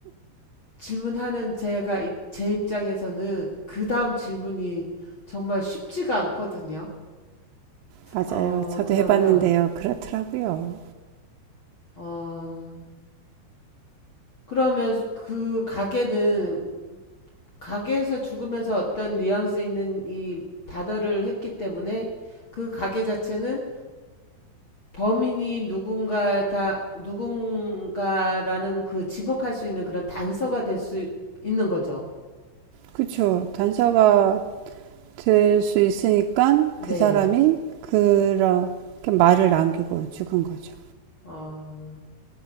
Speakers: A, on the left; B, on the right.
A: 질문하는 제가, 제 입장에서는 그 다음 질문이 정말 쉽지가 않거든요.
B: 맞아요.
A: 어,
B: 저도
A: 그러면,
B: 해봤는데요. 그렇더라고요.
A: 어, 그러면 그 가게는 가게에서 죽으면서 어떤 뉘앙스 있는 이 단어를 했기 때문에 그 가게 자체는 범인이 누군가 다 누군가라는 그 지목할 수 있는 그런 단서가 될 수 있는 거죠.
B: 그쵸. 단서가 될 수 있으니까
A: 네.
B: 그 사람이 그렇게 말을 남기고 죽은 거죠.
A: 어,